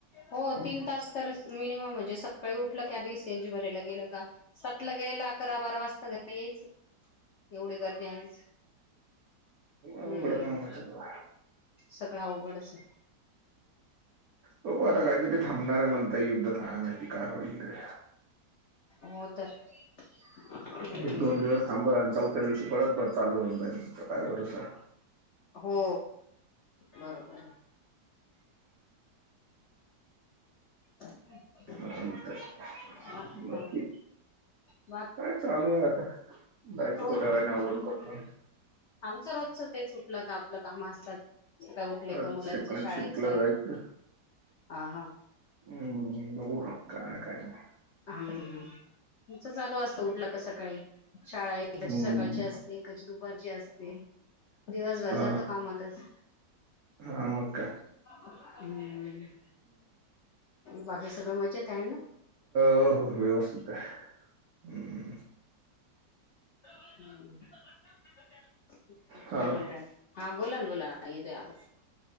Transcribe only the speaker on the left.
हो तीन तास तर मिनिमम म्हणजे सकाळी उठलंकी आधी सी एन जी भरायला गेलं होका सातला गेलेला अकरा बारा वाजता घरी यायचं. एवढी गर्दी आहेच.
हम्म
सगळं अवघडच आहे.
हो तर हम्म.
हो बरोबर अच्छा
हा
काय माहीत
रोज
आमचं रोजच ते सुटलं का आपलं काम असतात. सकाळी उठले का
मुलांच
शाळेचं
हा हा
ह ह तुमच चालू असतं उठलं का सकाळी शाळा एकाची
सकाळची असते एकाची दुपारची असते दिवसभर
जातो काम होतच
हम्म बाकी सगळ मजेत आहे ना
<unintelligible>
काय म्हणतय हा बोला ना बोला ना येतोय आवाज.